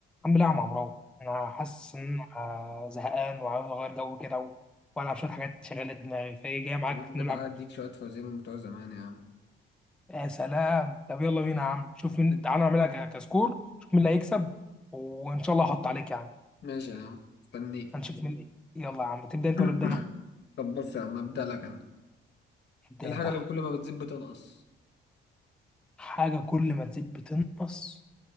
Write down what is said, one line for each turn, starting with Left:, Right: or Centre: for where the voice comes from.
Centre: الحمد لله يا عم عمرو انا حاسس ان انا زهقان وعاوز اغير جو كده و... والعب شويه حاجات تشغل دماغي فايه جاي معاك
Left: بقول بتعدي
Centre: نلعب
Left: اديك شوية فوازير من بتوع زمان يا عم
Centre: يا سلام طب يلا بينا يا عم شوف مين تعالى نعملها ك... كسكور شوف مين اللي هيكسب وان شاء الله احط عليك يعني
Left: ماشي يا عم استنيك
Centre: هنشوف مين يلا يا عم تبدا انت
Left: <coughs>
Centre: ولا ابدا انا
Left: طب بص يا عم ابدأ لك انا
Centre: ابدا
Left: ايه الحاجة
Centre: انت يا
Left: اللي
Centre: عم
Left: كل ما بتزيد بتنقص
Centre: حاجه كل ما تزيد بتنقص